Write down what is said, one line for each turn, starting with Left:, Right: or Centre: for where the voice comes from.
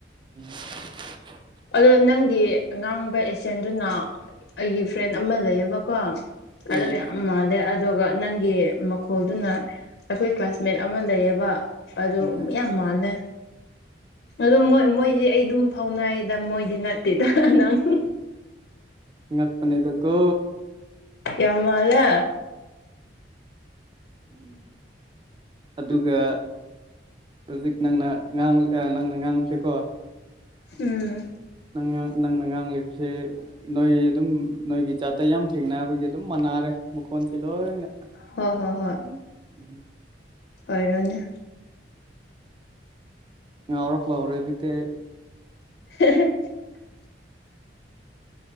Right: <unintelligible>
Left: ꯑꯗꯣ ꯅꯪꯒꯤ ꯑꯉꯥꯡꯕ ꯑꯦꯖꯦꯟꯗꯨꯅ ꯑꯩꯒꯤ ꯐ꯭ꯔꯦꯟ ꯑꯃ ꯂꯩꯌꯦꯕꯀꯣ
Right: ꯎꯝ
Left: ꯑꯗ ꯌꯥꯝ ꯃꯥꯂꯦ ꯑꯗꯒ ꯅꯪꯒꯤ ꯈꯣꯜꯗꯨꯅ ꯑꯩꯈꯣꯏ ꯀ꯭ꯂꯥꯁꯃꯦꯠ ꯑꯃ ꯂꯩꯌꯦꯕ ꯑꯗꯨ
Right: ꯎꯝ
Left: ꯌꯥꯝ ꯃꯥꯜꯂꯦ ꯑꯗꯣꯣꯏ ꯃꯣꯏꯗꯤ ꯑꯩꯗꯤ ꯑꯗꯨꯝ ꯐꯥꯎꯅꯌꯦꯗ ꯃꯣꯏꯗꯤ ꯅꯠꯇꯦꯗ ꯅꯪ
Right: ꯉꯄꯅꯦꯗꯀꯣ
Left: ꯀꯃꯂ
Right: ꯑꯗꯨꯒ ꯍꯧꯖꯤꯛ ꯅꯪꯅꯥꯡ ꯅꯪꯅ ꯉꯥꯡꯉꯨꯁꯤꯀꯣ
Left: ꯎꯝ
Right: ꯅꯪ ꯅꯪ ꯅꯪꯥꯡꯥꯡꯂꯤ ꯁꯦ ꯅꯣꯏ ꯑꯗꯨꯝ ꯅꯣꯏꯒꯤ ꯥꯠꯇ ꯌꯥꯝ ꯊꯦꯡꯅꯕꯒꯤ ꯑꯗꯨꯝ ꯃꯥꯟꯅꯥꯔꯦ ꯃꯈꯣꯟꯁ ꯂꯣꯏꯅ
Left: ꯍ ꯍꯣ ꯍꯣꯏ
Right: ꯎꯝ <unintelligible> <inaudible>
Left: ꯑꯣꯏꯔꯅꯤ
Right: ꯉꯥꯎꯔꯛꯄ ꯍꯧꯔꯦ ꯍꯧꯖꯤꯛꯇꯤ
Left: <unintelligible> <inaudible>